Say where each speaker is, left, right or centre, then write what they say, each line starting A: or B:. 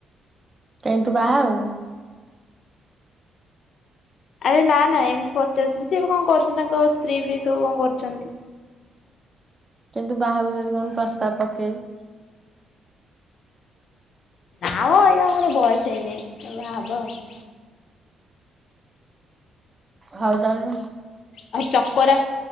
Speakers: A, on the right; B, on the left.
A: କାଇଁ ତୁ ବାହା ହବୁ?
B: ଆରେ ନା ନା ଏମିତି ପଚାରୁଥିଲି ସେ ଏବେ କଣ କରୁଛନ୍ତି ତାଙ୍କ ସ୍ତ୍ରୀ ଫି ସବୁ କଣ କରୁଛନ୍ତି?
A: କିନ୍ତୁ ବାହାଘକୁ ଯଦି କହୁନୁ ପ୍ରସ୍ତାବ ପକେଇବି।
B: ନା ବ ଏଇନା ମୋର ବୟସ ହେଇନି ବା ହବା ଆଉ।
A: ହଉ ତାହେଲେ।
B: ଆଉ ଚକରା।